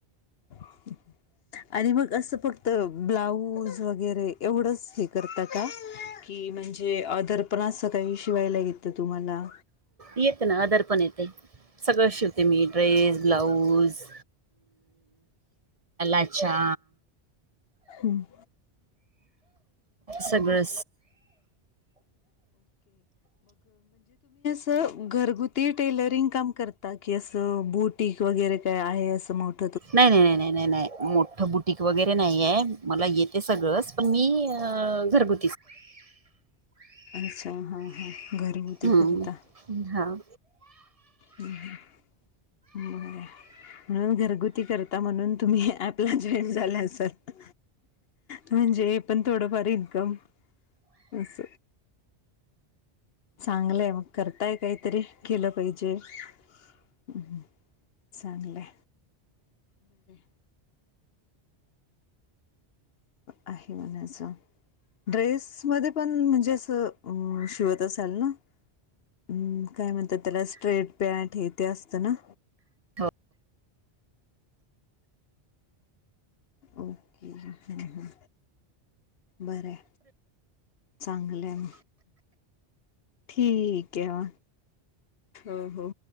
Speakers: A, on the left (about 65°); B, on the right (about 35°).
A: रीकामा आहे आणि मग असं फक्त ब्लाऊज वगैरे एवढंच हे करत का <unintelligible> म्हणजे अ दर्पणा सकाळी शिवायला घेत तुम्हाला
B: येते ना आदर पण येते सगळं शिवते मी ड्रेस ब्लाउज अचा
A: हम्म
B: सगळं
A: अस घरगुती टेलरिंग काम करता की असं बुटक वगैरे काय आहे असं मोठ
B: नाही नाही नाही नाही नाही नाही मोठं बुटक वगैरे नाहीये मला येते सगळंच पण मी घरगु
A: अच्छा हा हा घरभुती
B: हम्म
A: करता
B: हा.
A: हम् ह हम् म्हणून घरगुती करता म्हणून तुम्ही आपला जॉईन झाला असल म्हणजे पण थोडंफार इन्कम अस चांगलंय मग करताय काहीतरी केलं पाहिजे हम्म् चांगलंय बरं आहे म्हणाचं ड्रेस मध्ये पण म्हणजे असं शिवत असाल ना हम्म काय म्हणतात त्याला स्ट्रेट पॅन्ट हे ते असतं ना
B: हो
A: ओके ह ह बरं चांगलं ठीक आहे वा हो हो